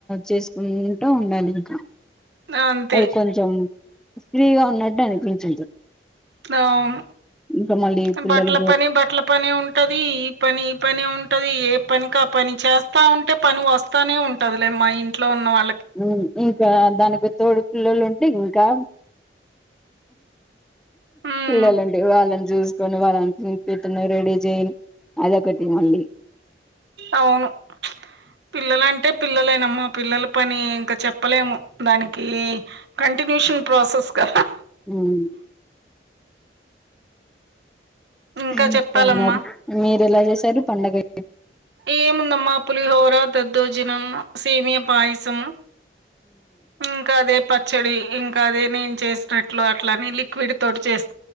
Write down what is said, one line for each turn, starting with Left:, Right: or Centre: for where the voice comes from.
Centre: చేసుకుంటూ ఉండాలి ఇంకా
Right: అంతే
Centre: అది కొంచెం ఫ్రీగ ఉన్నట్ట్ అనిపించింది.
Right: డౌన్
Centre: ఇంకా మళ్ళీ
Right: అమ్
Centre: పిల్లలు
Right: బట్ల పని. బట్ల పనీ ఉంటది ఈ పని ఇ పని ఉంటది ఏ. పనికా పని చేస్తా ఉంటే పని వస్తానే ఉంటదిలే మా ఇంట్లో ఉన్న వా.
Centre: ఉమ్ ఇ కా దానికి తోడు పిల్లలుంటే ఇంకా.
Right: ఉమ్
Centre: పిల్లలుంటే వాళ్ళన్ జూస్కొని వాళ్ళన్. నేన్ పెతునే రెడీజైన్ అదొకటి మళ్ళి.
Right: అవును పిల్లలంటే పిల్లలేనా అమ్మా పిల్లల పని ఇంకా చెప్పలేము మనికి కంట టినేషన్ ప్రాసెస్. కదా
Centre: ఉమ్
Right: ఇంకా
Centre: మీ ముక్క
Right: చెప్పాలమ్మా
Centre: మరి మీరెలా జేస్. తరు పండగే
Right: ఏముందమ్మా పులిహోరా దద్దోజినం సేమ్యా పాయసమ్ ఇంకదే. పచ్చడి ఇంకదే నేన్ చేసినట్లు అట్లని లిక్విడ్ తోటి చేస్.